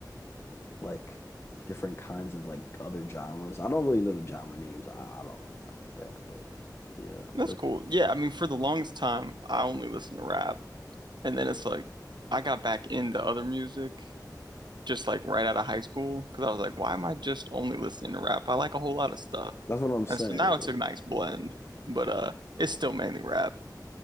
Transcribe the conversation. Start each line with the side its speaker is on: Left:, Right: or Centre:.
Left: like different kinds of like other genres. I don't really know the genre names. I, I don't really know like that, but yeah,
Right: That's
Left: they're,
Right: cool. Yeah, I mean, for the longest time, I only listened to rap. And then it's like, I got back into other music. just like right out of high school because I was like, why am I just only listening to rap? I like a whole lot of stuff.
Left: that's what I'm saying.
Right: And so now it's a nice blend, but uh it's still mainly rap.